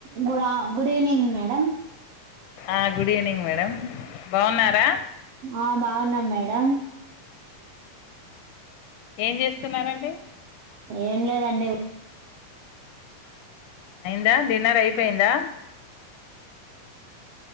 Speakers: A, on the right; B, on the left.
A: గుడ్ ఆ గుడ్ ఈవెనింగ్ మేడం
B: ఆ గుడ్ ఈవెనింగ్ మేడం బాగున్నారా
A: ఆ బాగున్నాం మేడం
B: ఏం చేస్తున్నారండి
A: ఏం లేదండి
B: అయిందా డిన్నర్ అయిపోయిందా